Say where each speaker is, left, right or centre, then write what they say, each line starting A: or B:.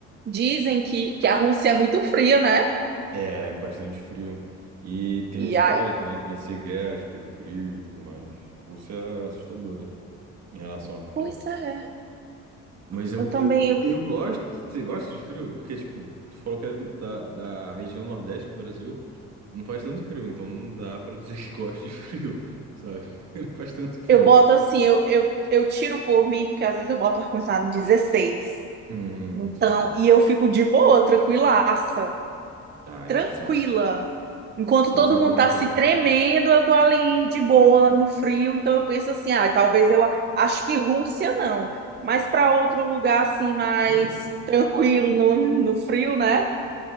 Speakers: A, on the right; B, on the right.
A: Dizem que, que a Rússia é muito fria, né?
B: É, bastante frio. E tem
A: E
B: um histórico,
A: aí,
B: né, de vencer guerras pelo frio e tudo mais. A Rússia é assustadora em relação ao frio.
A: pois é.
B: Mas eu,
A: Eu também,
B: eu,
A: eu,
B: eu gosto. Você gosta de frio? Porque, tipo, tu falou que é da, da região nordeste do Brasil. Não faz tanto frio, então não dá pra dizer <laughs> que gosta de frio, sabe? <laughs> Porque não faz tanto frio.
A: eu boto assim, eu, eu, eu tiro por mim, porque às vezes eu boto ar-condicionado em dezesseis
B: Hum,
A: Então,
B: sim.
A: e eu fico de boa, tranquilaça,
B: Ah,
A: tranquila.
B: então você,
A: Enquanto
B: então
A: todo
B: você gosta
A: mundo tá se
B: de um
A: tremendo,
B: frio.
A: eu tô ali de boa, no frio, então eu penso assim, ah, talvez eu a- acho que Rússia não, mas para outro lugar assim mais
B: <laughs>
A: tranquilo no, no frio, né?